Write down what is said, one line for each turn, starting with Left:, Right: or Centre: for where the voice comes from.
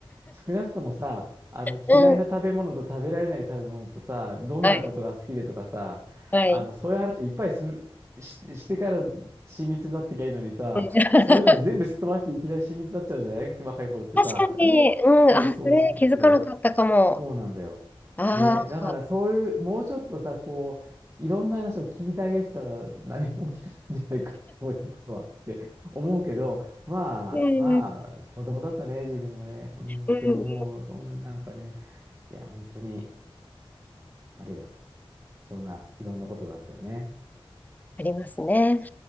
Right: 少なくともさ、あの嫌いな食べ物と食べられない食べ物とさ、
Left: うん。
Right: どんなことが好きでとかさ、
Left: はい、はい。
Right: あのそういう話いっぱいする、し、してから親密になってきゃいいのにさ、
Left: うん <laughs>
Right: そういうのを全部すっ飛ばしていきなり親密になっちゃうじゃない若い頃ってさ。
Left: 確かに、うん、
Right: そうそうそうそう。
Left: あ、それ気づかなかったかも。
Right: そうなんだよ。
Left: ああ、
Right: ね、だからそういう、もうちょっとさ、こう、いろんな話を聞いてあげてたら何も起きてないんじゃないか、<laughs> そういうことはって <laughs> 思うけど、まあ、
Left: うん、
Right: まあ、
Left: うん、
Right: 子供だったね、自分もね、うん、って思う、
Left: うん、
Right: うん、なんかね、いや、本当に、あれよ、そんないろんなことがあったよね。
Left: ありますね。